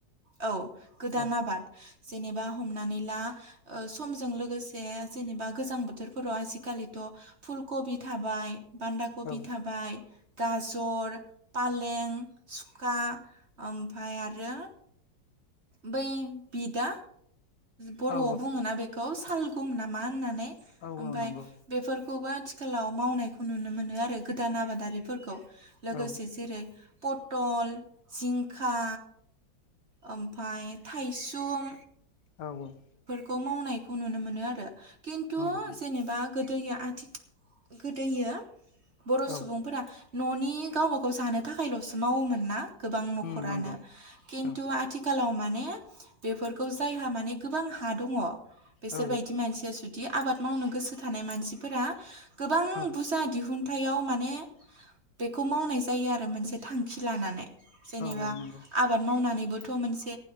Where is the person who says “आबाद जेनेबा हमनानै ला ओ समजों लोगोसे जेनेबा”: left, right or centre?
Right